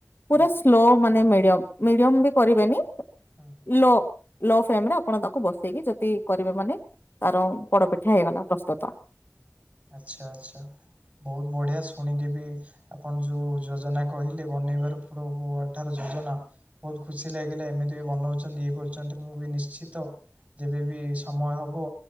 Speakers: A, on the right; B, on the left.
A: ହଁ
B: ପୁରା ସ୍ଲୋ ମାନେ ମିଡିୟମ ମିଡିୟମ ବି କରିବେନି
A: ହଁ
B: ଲୋ ଲୋ ଫ୍ରେମ୍ ରେ ଆପଣ ତାକୁ ବସେଇକି ଯଦି କରିବେ ମାନେ ତାର ପୋଡ ପିଠା ହେଇଗଲା ପ୍ରସ୍ତୁତ।
A: ଆଚ୍ଛା ଆଚ୍ଛା ବହୁତ ବଢିଆ ଶୁଣିକି ବି ଆପଣ ଯୋଉ ଯୋଜନା କହିଲେ ବନେଇବାର ଫୋଡ ଠାରୁ ଯୋଜନା ବହୁତ ଖୁସି ଲାଗିଲା ଏମିତି ବି ବନଉଛନ୍ତି ଇଏ କରୁଛନ୍ତି ମୁଁ ବି ନିଶ୍ଚିତ ଯେବେବି ସମୟ ହବ